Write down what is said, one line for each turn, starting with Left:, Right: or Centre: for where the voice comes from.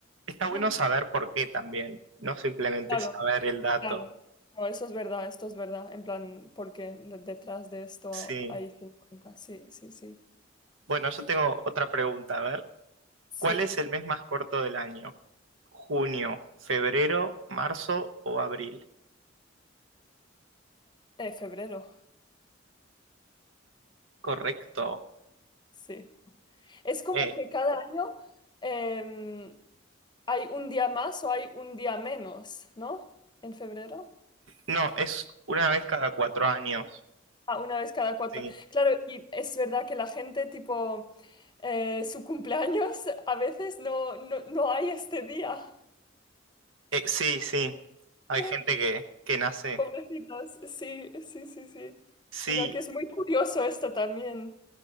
Right: Está
Left: <laughs>
Right: bueno saber por qué también, no simplemente
Left: Claro.
Right: saber el dato.
Left: Claro, no, eso es verdad, esto es verdad, en plan, porque le- detrás de esto
Right: Sí.
Left: hay 50, sí, sí, sí.
Right: Bueno, yo tengo otra pregunta. A ver,
Left: Sí,
Right: ¿cuál es el mes más corto del año? ¿Junio, febrero, marzo o abril?
Left: eh, febrero,
Right: Correcto.
Left: sí. Es como
Right: Eh,
Left: que cada año em, hay un día más o hay un día menos, ¿no? En febrero.
Right: no, es una vez cada cuatro años.
Left: Ah, una vez cada cuatro.
Right: Sí.
Left: Claro, y es verdad que la gente, tipo, eh, su cumpleaños, a veces no, no, no hay este día.
Right: Eh, sí, sí, hay
Left: <laughs>
Right: gente que, que nace.
Left: Pobrecitos, sí, sí, sí, sí.
Right: Sí,
Left: Mira que es muy curioso esto también.